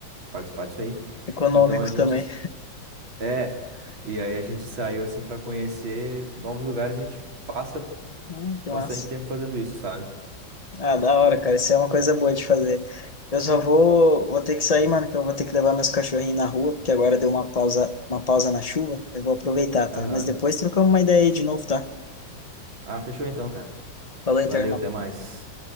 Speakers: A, on the right; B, on the left.
A: participar disso aí.
B: Econômico
A: Então a gente.
B: também.
A: É. E aí a gente saiu assim para conhecer novos lugares, a gente passa.
B: Ah, que
A: bastante
B: massa.
A: tempo fazendo isso, sabe?
B: Ah, da hora, cara. Isso é uma coisa boa de fazer. Eu só vou, vou ter que sair, mano, que eu vou ter que levar meus cachorrinhos na rua, porque agora deu uma pausa, uma pausa na chuva. Eu vou aproveitar, tá?
A: Aham.
B: Mas depois trocamos uma ideia aí de novo, tá?
A: Ah, fechou então, cara.
B: Falou então,
A: Valeu,
B: irmão.
A: até mais.